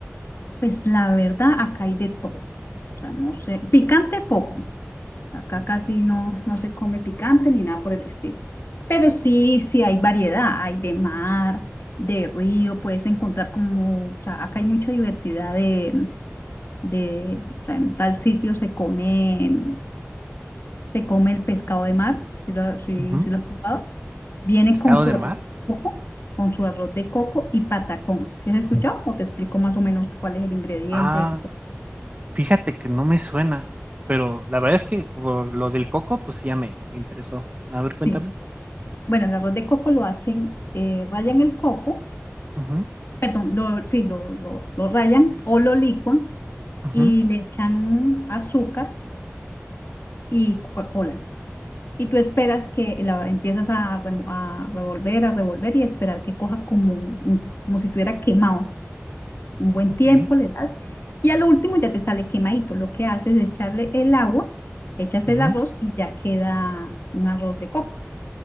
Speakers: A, on the left; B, on the right.
A: pues la verdad, acá hay de todo. O sea, no sé, picante poco. Acá
B: ¿ok?
A: casi no, no se come picante ni nada por el estilo. Pero sí, sí hay variedad. Hay de mar, de río, puedes encontrar como, o sea, acá hay mucha diversidad de, de, o sea, en tal sitio se come, se come el pescado de mar, si lo, si,
B: Ujú.
A: lo has probado. Viene
B: ¿Pescado
A: con su
B: de
A: arroz
B: mar?
A: de coco, con su arroz de coco y patacón. ¿Sí has escuchado? O te explico más o menos cuál es el ingrediente.
B: Ah, fíjate que no me suena, pero la verdad es que por lo del coco, pues, sí ya me me interesó. A ver, cuéntame.
A: Sí. Bueno, el arroz de coco lo hacen, eh, rayan el coco,
B: Ujú,
A: perdón, lo, sí, lo, lo, lo rayan o lo licuan
B: ujú,
A: y le echan azúcar y Coca-Cola. Y tú esperas que la empiezas a, remo- a revolver, a revolver y esperar que coja como, un- como si estuviera quemado. un buen
B: ok,
A: tiempo le das y a lo último ya te sale quemadito. Lo que haces es echarle el agua, echas
B: ujú.
A: el arroz y ya queda un arroz de coco.